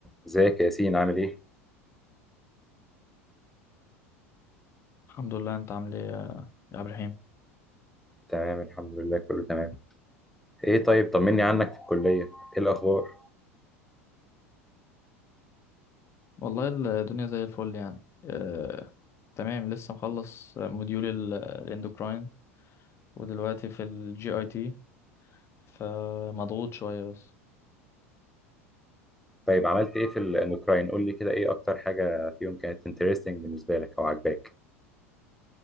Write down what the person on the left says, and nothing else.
الحمد لله انت عامل ايه يا يا عبد الرحيم
والله الدنيا زي الفل يعني آه... تمام لسه مخلص موديول ال- الاندوكراين ودلوقتي في الجي اي تي فمضغوط شوية بس